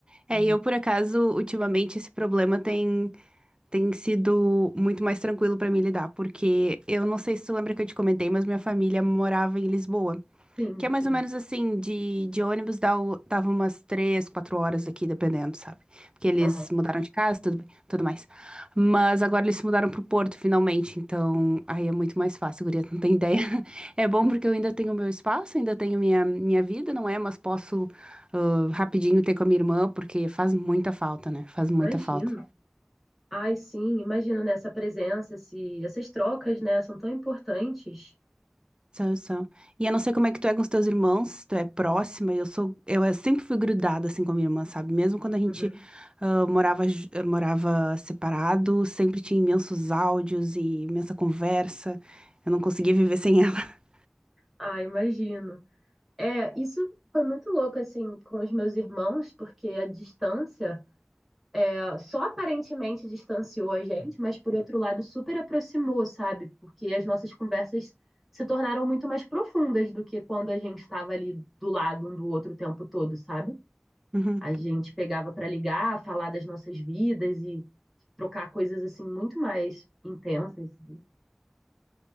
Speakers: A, in the centre; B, on the right.
A: Uhum.
B: É, e eu, por acaso, ultimamente, esse problema tem. tem sido muito mais tranquilo pra mim lidar, porque eu não sei se tu lembra que eu te comentei, mas minha família morava em Lisboa,
A: Sim,
B: que é mais
A: sim.
B: ou menos assim, de, de ônibus dá o- dava umas três, quatro horas daqui, dependendo, sabe? Porque eles
A: Aham.
B: mudaram de casa, tudo bem, tudo mais. Mas agora eles se mudaram pro Porto, finalmente, então aí é muito mais fácil, guria, tu não tem ideia. <laughs> É bom porque eu ainda tenho meu espaço, ainda tenho minha, minha vida, não é? Mas posso, ah, rapidinho ter com a minha irmã, porque faz muita falta, né? Faz muita
A: Imagino.
B: falta.
A: Ai, sim, imagino nessa presença, esse, essas trocas, né, são tão importantes.
B: São, são. E eu não sei como é que tu é com os teus irmãos, se tu é próxima, e eu sou, eu eh, sempre fui grudada assim com a minha irmã, sabe? Mesmo quando a gente
A: Uhum.
B: ah, morava, ju- eh, morava separado, sempre tinha imensos áudios e imensa conversa. Eu não conseguia viver sem ela. <laughs>
A: Ah, imagino. É, isso foi muito louco assim com os meus irmãos, porque a distância Ah, só aparentemente distanciou a gente, mas por outro lado super aproximou, sabe? Porque as nossas conversas se tornaram muito mais profundas do que quando a gente estava ali do lado um do outro o tempo todo, sabe?
B: Uhum.
A: A gente pegava para ligar, falar das nossas vidas e trocar coisas assim muito mais intensas, sabe?